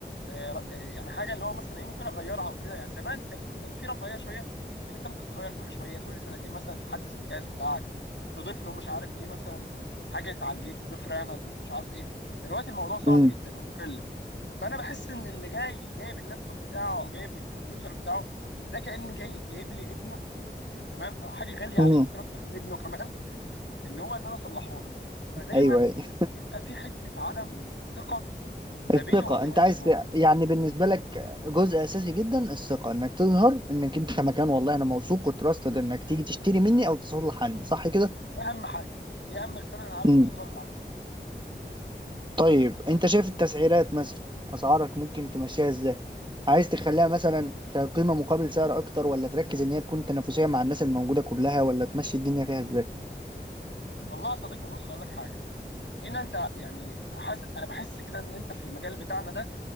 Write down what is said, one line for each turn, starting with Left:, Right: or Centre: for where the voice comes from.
Left: آه، آه، يعني حاجه اللي هو مثلا ايه ممكن اغيرها وكده يعني زمان كان كان في رفاهيه شويه ان يعني انت ممكن تغير كل شويه كل سنتين مثلا تحدث الجهاز بتاعك تضيف له مش عارف ايه مثلا حاجه تعليه تضيف رامه تضيف مش عارف ايه دلوقتي الموضوع صعب
Right: امم
Left: جدا ومكلف فانا بحس ان اللي جاي جايب اللابتوب بتاعه او جايب الكمبيوتر بتاعه ده كان جاي جايب لي ابنه تمام او حاجه غاليه
Right: <laughs>
Left: عليه ممكن اكتر من ابنه كمان ان هو ان انا اصلحه له فدايما
Right: ايوه أيوه.
Left: بيبقى في حته عدم ثقه ما
Right: الثقة
Left: بيني وما بين
Right: انت
Left: الزبون
Right: عايز ت- يعني بالنسبة لك جزء اساسي جدا الثقة انك تظهر انك انت مكان والله انا موثوق وتراستد انك تيجي تشتري مني او تصلح عندي صح كده؟
Left: دي اهم حاجه دي اهم رساله انا عاوز
Right: مم.
Left: اوصلها للعميل
Right: طيب انت شايف التسعيرات مثلا اسعارك ممكن تمشيها ازاي؟ عايز تخليها مثلا كقيمة مقابل سعر اكتر ولا تركز ان هي تكون تنافسية مع الناس الموجودة كلها ولا تمشي الدنيا فيها ازاي؟
Left: والله يا صديقي بص اقول لك حاجه هنا انت يعني حاسس انا بحس كده ان انت في المجال بتاعنا ده